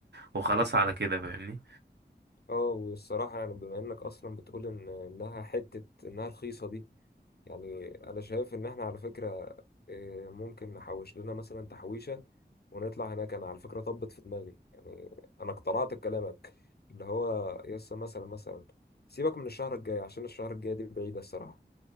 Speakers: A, on the right; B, on the left.
A: وخلاص على كده فاهمني
B: اه والصراحه يعني بما انك اصلا بتقول ان انها حته انها رخيصه دي يعني انا شايف ان احنا على فكرة إيه، ممكن نحوش لنا مثلا تحويشة ونطلع هناك انا على فكرة طبت في دماغي يعني انا اقتنعت بكلامك اللي هو يسا مثلا مثلا سيبك من الشهر الجاي عشان الشهر الجاي دي بعيدة الصراحة